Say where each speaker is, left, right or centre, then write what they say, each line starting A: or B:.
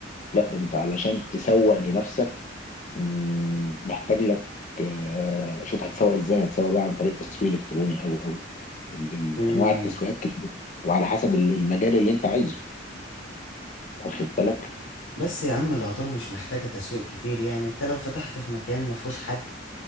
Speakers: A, on the left (about 40°); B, on the left (about 85°).
A: لا ده انت علشان تسوق لنفسك مم، محتاج لك اه شوف هتسوق ازاي هتسوق بقى عن طريق تسويق الكتروني او او ال- ال-
B: امم
A: انواع التسويقات كتير وعلى حسب ال- المجال اللي انت عايزه واخد بالك
B: بس يا عم العطار مش محتاجة تسويق كتير يعني انت لو فتحت في مكان مفهوش حد